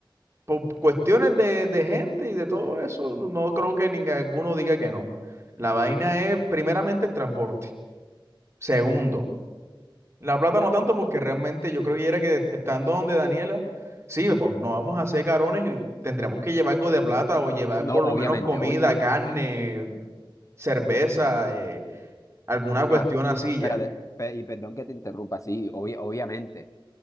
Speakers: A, on the right (about 30°); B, on the left (about 40°).
A: por cuestiones de, de gente y de todo eso, no creo que ninguno diga que no. La vaina es, primeramente, el transporte. Segundo, la plata no tanto porque realmente yo creo que era que estando donde Daniela, sí, pues, no vamos a hacer carones y tendremos que llevar algo de plata o llevar
B: No,
A: por
B: obviamente,
A: lo menos comida,
B: obvi- obvi-
A: carne, cerveza, eh, alguna
B: claro.
A: cuestión así
B: Espérate,
A: ya,
B: pe- y perdón que te interrumpa, sí, obvi- obviamente.